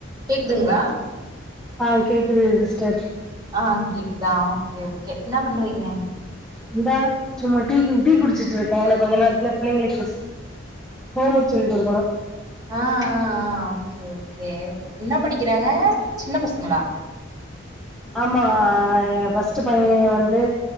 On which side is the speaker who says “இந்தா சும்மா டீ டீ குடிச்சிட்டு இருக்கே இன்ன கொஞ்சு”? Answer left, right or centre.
Centre